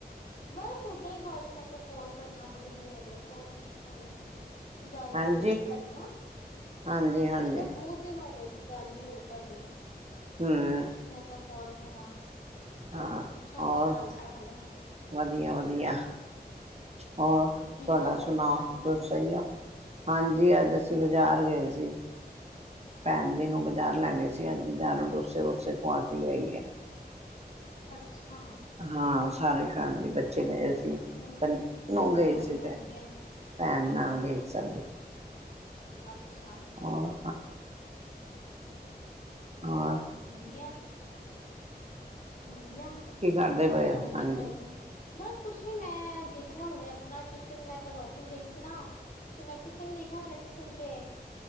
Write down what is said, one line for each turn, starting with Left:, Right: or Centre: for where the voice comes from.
Left: ਬਸ ਓਦਾਂ ਹੀ <unintelligible> ਮੈਂ ਕਿਹਾ ਕੋਾਲ ਕਰਲਾ, ਬੜੇ ਦਿਨ ਹੋ ਗਏ, ਕਾਲ ਨੀ ਕੀਤਾ ਮੈਂ। ਗੱਲ
Right: ਹਾਂਜੀ,
Left: ਨੀ ਹੋਈ ਸੀ ਸਾਡੀ ਨਾ,
Right: ਹਾਂਜੀ, ਹਾਂਜੀ
Left: ਮੈਂ ਕਿਹਾ ਬਹੁਤ ਦਿਨ ਹੋ ਗਏ ਸੀ, ਗੱਲ ਨੀ ਹੋਈ ਸਾਡੀ
Right: ਹਮ।
Left: ਮੈਂ ਕਿਹਾ, ਕਾਲ ਕਰਾਂ
Right: ਹਾਂ
Left: ਪੁੱਛਾ,
Right: ਔਰ
Left: ਕੀ ਹਾਲ ਚਾਲ ਹੈ।
Right: ਵਧੀਆ, ਵਧੀਆ। ਹੋਰ ਤੁਹਾਡਾ
Left: ਕੀ ਖਾ ਲਿਆ
Right: ਸੁਣਾਓ,
Left: ਰੋਟੀ ਪਾਣੀ ਖਾ
Right: ਤੁਸ
Left: ਲਈ
Right: ਸਹੀ ਹੋ? ਹਾਂਜੀ, ਅੱਜ ਅਸੀਂ ਬਾਜ਼ਾਰ ਗਏ ਸੀ। ਭੈਣ ਦੀ ਨੂੰਹ ਬਾਜ਼ਾਰ ਲੈ ਗਏ ਸੀ ਅੱਜ, ਬਾਜ਼ਾਰੋਂ ਡੋਸੇ-ਵੋਸੇ ਖਾਵਾ ਕੇ ਲਿਆਈ ਹੈ।
Left: ਅੱਛਾ।
Right: ਹਾਂ, ਸਾਰੀ ਫੈਮਲੀ, ਬੱਚੇ ਗਏ ਸੀ।
Left: ਹਮ,
Right: ਨੂੰ
Left: ਸਹੀ
Right: ਗਈ
Left: ਏ, ਵਧੀਆ
Right: ਸੀ ਤੇ
Left: ਵਧੀਆ।
Right: ਭੈਣ, ਨਾਲ ਗਈ ਸ ਸਾਡੀ
Left: ਅੱਛਾ।
Right: ਹੋਰ ਔਰ?
Left: ਵਧੀਆ। ਵਧੀਆ,
Right: ਕੀ ਕਰਦੇ ਪਏ ਹੋ
Left: ਘੁੰਮਦੇ
Right: ਹਾਂਜੀ
Left: ਪਏ ਹੋ। ਬਸ ਕੁਛ ਨੀ, ਮੈਂ ਦੇਖਿਆ ਹੁਣੇ ਆਪਣਾ ਟਿਫਿਨ, ਮੈਂ ਕੱਲ ਆਫਿਸ ਗਈ ਸੀ ਨਾ ਤੇ ਮੈਂ ਟਿਫਿਨ ਦੇਖਿਆ, ਮੇਰਾ ਟਿਫਿਨ ਤੇ